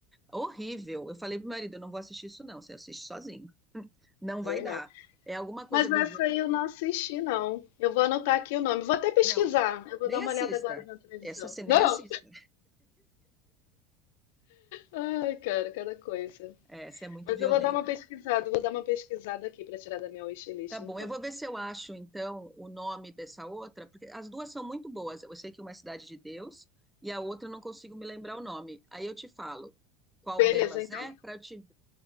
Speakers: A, in the centre; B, on the left.
A: Horrível. Eu falei pro meu marido, eu não vou assistir isso não, você assiste sozinho. Não
B: também
A: vai dar.
B: não.
A: É alguma coisa
B: Mas
A: do
B: essa
A: jogo.
B: aí eu não assisti, não. Eu vou anotar aqui o nome. Vou até pesquisar.
A: Não,
B: Eu vou
A: nem
B: dar uma
A: assista.
B: olhada agora na televisão.
A: Essa você nem
B: Não!
A: assista.
B: Ai, cara, cada coisa.
A: Essa é muito
B: Mas
A: violenta.
B: eu vou dar uma pesquisada, eu vou dar uma pesquisada aqui para tirar da minha wishlist,
A: Tá
B: então.
A: bom, eu vou ver se eu acho então o nome dessa outra, porque as duas são muito boas. Eu sei que uma é Cidade de Deus e a outra eu não consigo me lembrar o nome. Aí eu te falo qual
B: Beleza,
A: delas
B: então.
A: é para te